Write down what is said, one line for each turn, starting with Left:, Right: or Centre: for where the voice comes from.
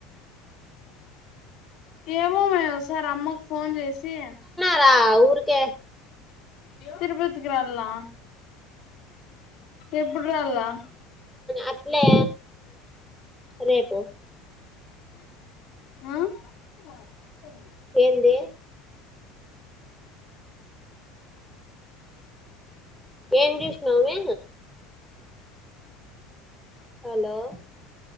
Left: ఏమో మే ఒసారమ్మకు ఫోన్ జేసి
Centre: ఆ ఊరుకే
Left: తిరుపతికి రోల్నా ఎప్పుడ్ రాల్లా
Centre: అట్లే రేపో
Left: అ
Centre: ఎందీ ఏం జేసినవే హలో